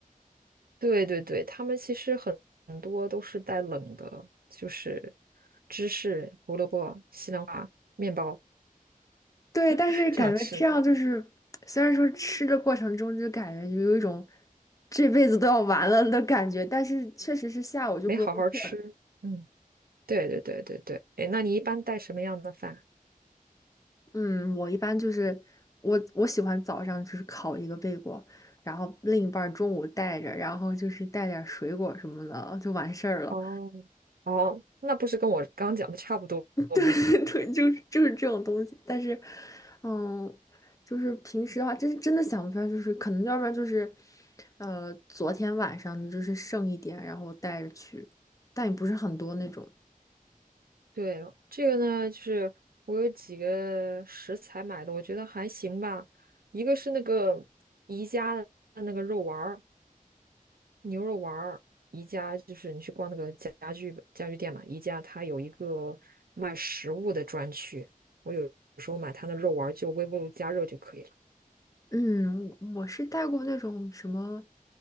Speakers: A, on the right; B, on the left.
A: 对对对，他们其实很很多都是带冷的，就是芝士、胡萝卜、西兰花、面包
B: 对，
A: <laughs>
B: 但是感觉这样就是，
A: 这样吃，
B: 虽然说吃的过程中就感觉有一种这辈子都要完了的感觉，但是确实是下午就不容易困。
A: 没好好吃。嗯，对对对对对。哎，那你一般带什么样的饭？
B: 嗯，我一般就是我我喜欢早上就是烤一个贝果，然后另一半儿中午带着，然后就是带点儿水果什么的就完事儿了。
A: 哦哦，那不是跟我刚讲的差不多吗？
B: <laughs> 对对，就是就是这种东西。但是，嗯，就是平时的话，真真的想不出来，就是可能要不然就是，呃，昨天晚上的就是剩一点，然后带着去，但也不是很多那种。
A: 对，这个呢，就是我有几个食材买的，我觉得还行吧。一个是那个宜家的那个肉丸儿，牛肉丸儿。宜家就是你去逛那个家家具家具店嘛，宜家它有一个卖食物的专区，我有时候买它的肉丸儿，就微波炉加热就可以了，
B: 嗯，我是带过那种什么，